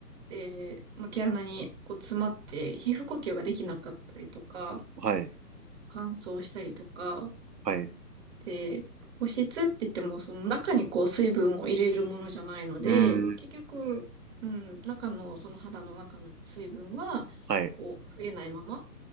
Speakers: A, on the right; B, on the right.
A: で、まあ、毛穴にこう詰まって皮膚呼吸ができなかったりとか、
B: はい。
A: 乾燥したりとか、
B: はい。う
A: で、保湿って言ってもその中にこう水分を入れるものじゃないので、
B: ーん。
A: 結局、うん、中のその肌の中の水分はこう増えないまま、
B: はい。